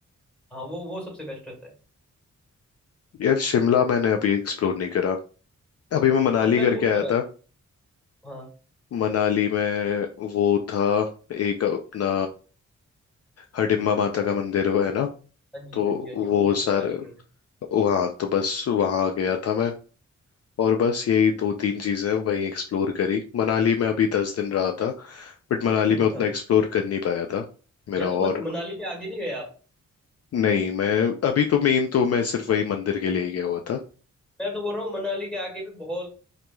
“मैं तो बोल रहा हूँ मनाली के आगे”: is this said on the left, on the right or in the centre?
Centre